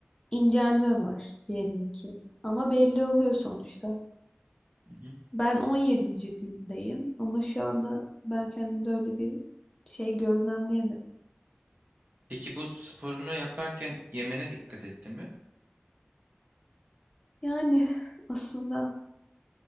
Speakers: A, on the left (about 20°); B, on the right (about 45°).
A: incelme var diyelim ki. Ama belli oluyor sonuçta.
B: Hı hı.
A: Ben on yedinci gündeyim ama şu anda ben kendimde öyle bir şey gözlemleyemedim.
B: Peki bu sporunu yaparken yemene dikkat ettin mi?
A: Yani aslında